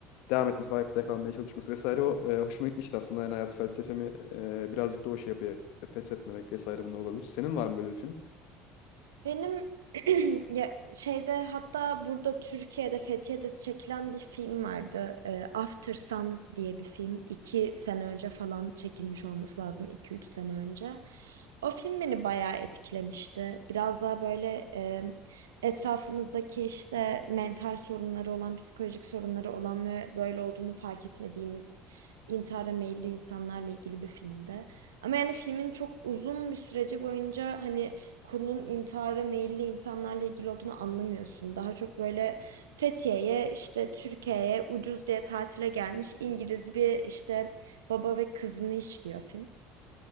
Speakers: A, on the left; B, on the right.
A: devam etmesi, ayakta kalmaya çalışması vesaire o e, hoşuma gitmişti aslında. Yani hayat felsefemi e, birazcık da o şey yapıyor. Pes etmemek vesaire bunlar olabilir. Senin var mı böyle bir film?
B: Benim <clears throat> ya şeyde hatta burada Türkiye'de Fethiye'de çekilen bir film vardı. Ee, After Sun diye bir film. iki sene önce falan çekilmiş olması lazım. iki üç sene önce. O film beni bayağı etkilemişti. Biraz daha böyle e, etrafımızdaki işte mental sorunları olan, psikolojik sorunları olan ve böyle olduğunu fark etmediğimiz intihara meyilli insanlarla ilgili bir filmdi. Ama yani filmin çok uzun bir süreci boyunca hani konunun intihara meyilli insanlarla ilgili olduğunu anlamıyorsun. Daha çok böyle Fethiye'ye, işte Türkiye'ye ucuz diye tatile gelmiş İngiliz bir işte baba ve kızını işliyor film.